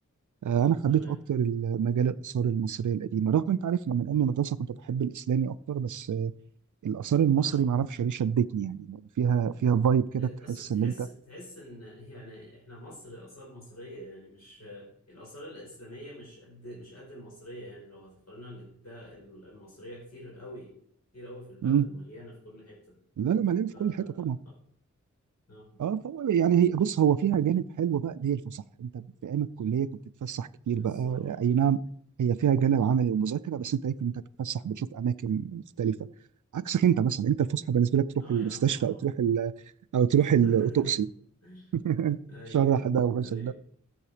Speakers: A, on the right; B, on the left.
A: آه، انا حبيت
B: تمام
A: اكتر مجال الاثار المصريه القديمه رغم انت عارف لما ايام المدرسه كنت بحب الاسلامي اكتر بس آه، الاثار المصري
B: اه
A: ما اعرفش ليه شدتني يعني فيها فيها فايب كده
B: اصل
A: تحس
B: تحس
A: ان انت
B: تحس ان يعني احنا مصر اثار مصريه يعني مش الاثار الاسلاميه مش قد مش قد المصريه يعني لو هتقارنها ال- ده ال- المصريه كتير قوي كتير قوي في البلد
A: امم
B: ومليانه في كل حته
A: لا لا مليان في
B: ف اه
A: كل حته طبعا
B: اه
A: اه فهو يعني هي بص هو فيها جانب حلو بقى اللي هي الفسح انت في ايام الكليه كنت بتتفسح كتير
B: بالظبط
A: بقى اي نعم هي فيها جانب عملي ومذاكره بس انت هيك انت بتتفسح بتشوف اماكن مختلفه عكسك انت مثلا انت الفسحه بالنسبه لك تروح
B: اه
A: المستشفى
B: يا عم اه
A: او تروح ال- او تروح
B: <laughs>
A: الاوتوبسي <laughs>
B: ايوه
A: شرح ده وبس
B: ايوه